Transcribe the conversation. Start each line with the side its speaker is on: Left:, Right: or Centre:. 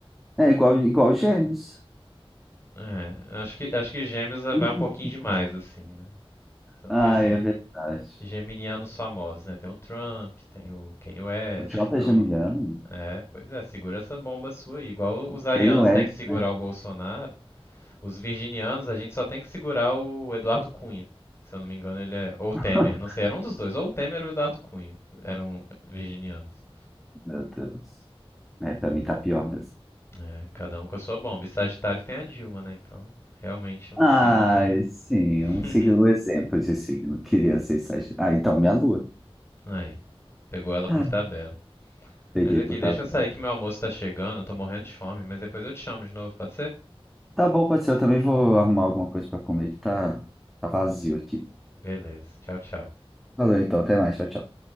Centre: É igual, igual Gêmeos.
Left: É, acho que, acho que Gêmeos eh,
Centre: <laughs>
Left: vai um pouquinho demais, assim, né? Então
Centre: Ah,
Left: tem, assim,
Centre: é verdade.
Left: geminianos famosos, né? Tem o Trump, tem o Kanye West,
Centre: O Jota
Left: então.
Centre: é Geminiano?
Left: É, pois é, segura essa bomba sua aí. Igual os arianos
Centre: Kanye West,
Left: têm que segurar
Centre: né?
Left: o Bolsonaro. Os virginianos, a gente só tem que segurar o Eduardo Cunha. Se eu não me engano, ele é. Ou o Temer,
Centre: <laughs>
Left: não sei, era um dos dois. Ou o Temer ou o Eduardo Cunha. Eram virginianos.
Centre: Meu Deus. É, pra mim tá pior mesmo.
Left: É, cada um com a sua bomba. E Sagitário tem a Dilma, né? Então, realmente um
Centre: Ah,
Left: signo que.
Centre: sim, um
Left: <laughs>
Centre: signo, um exemplo de signo. Queria ser Sagitário. Ah, então, minha lua.
Left: Aí. Pegou ela
Centre: Ah,
Left: por tabela.
Centre: Peguei
Left: Mas aqui,
Centre: por
Left: deixa
Centre: tabela.
Left: eu sair que meu almoço tá chegando, eu tô morrendo de fome, mas depois eu te chamo de novo, pode ser?
Centre: Tá bom, pode ser. Eu também vou arrumar alguma coisa pra comer que tá, tá vazio aqui.
Left: Beleza, tchau, tchau.
Centre: Falou então, até mais. Tchau, tchau.